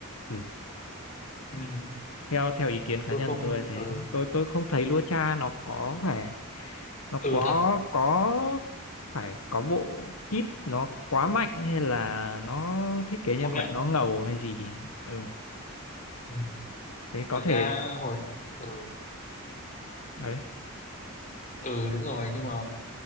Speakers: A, on the left; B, on the left.
A: ừ.
B: ừ,
A: theo theo ý kiến cá
B: tôi
A: nhân
B: không
A: tôi là thế
B: ừ,
A: tôi tôi không thấy Lua Cha nó có phải nó có
B: ừ thật
A: có phải có bộ kit nó quá mạnh hay là nó thiết kế nhân
B: không
A: vật
B: nhận
A: nó ngầu hay gì ừ
B: ừ.
A: thế có
B: thật
A: thể
B: ra hồi ừ,
A: đấy
B: ừ đúng rồi nhưng mà